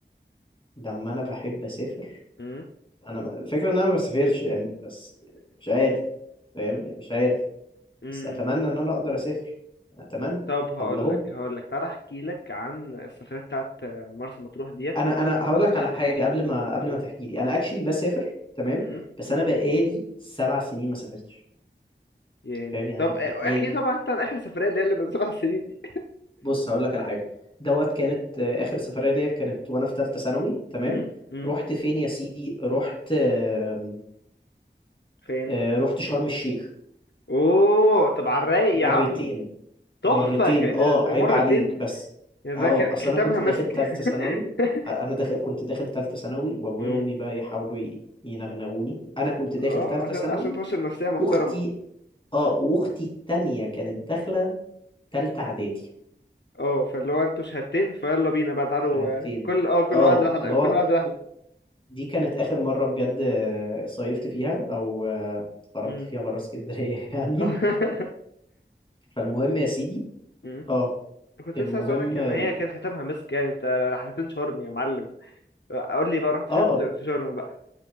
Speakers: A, on the left; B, on the left.
A: لما انا بحب اسافر
B: مم.
A: انا ب- الفكره ان انا ما بسافرش يعني بس مش عارف فاهم يعني مش عارف
B: مم.
A: بس اتمنى ان انا اقدر اسافر اتمنى
B: طب هقول
A: اللهم
B: لك هقول لك تعالى احكي لك عن السفرية بتاعت مرسى مطروح ديت
A: انا انا هقول لك على حاجه قبل ما قبل ما تحكي لي انا اكشلي بسافر تمام
B: مم،
A: بس
B: مم.
A: انا بقالي سبع سنين ما سافرتش
B: يعني
A: فاهم يعني
B: طب
A: بقالي
B: آه، احكي طبعا حتى عن اخر سفرية اللي هي اللي من سبع سنين دي
A: بص هقول لك على حاجه دوت كانت آه، اخر سفريه ليا كانت وانا في ثالثه ثانوي تمام
B: مم، مم.
A: رحت فين يا سيدي رحت آم،
B: فين
A: آه، رحت شرم الشيخ
B: اوه طب على الرايق
A: مرتين
B: يا عم تحفة
A: مرتين
B: ك- ده-
A: اه
B: ده
A: عيب
B: مرتين
A: عليك بس
B: يعني
A: اه
B: ده كان
A: اصل
B: ختامها
A: انا كنت
B: مسك
A: داخل ثالثه ثانوي
B: <laughs>
A: آه، انا داخل كنت داخل ثالثه ثانوي وابويا
B: مم.
A: وامي بقى يحاولوا ي- ينغنغوني انا كنت داخل
B: اه
A: ثالثه
B: عشان
A: ثانوي
B: عشان تخش بنفسية محترمة
A: واختي اه واختي التانية كانت داخله ثالثه اعدادي
B: اه فاللي هو انتوا شهادتين فيلا بينا بقى تعالوا
A: شهادتين
B: آه، كل اه كل
A: اه
B: واحد رحلة
A: اللي
B: كل
A: هو
B: واحد رحلة
A: دي كانت آخر مرة بجد آه، صيفت فيها أو آه، خرجت
B: مم.
A: فيها برا اسكندرية <laughs> يعني
B: <laughs>
A: فالمهم يا سيدي
B: آه،
A: اه
B: كنت
A: المهم
B: لسه عايز اقولك ان
A: ال-
B: هي كان ختامها مسك يعني انت رحلتين شرم يا معلم قول لي بقى رحت
A: اه
B: فين في في شرم بقى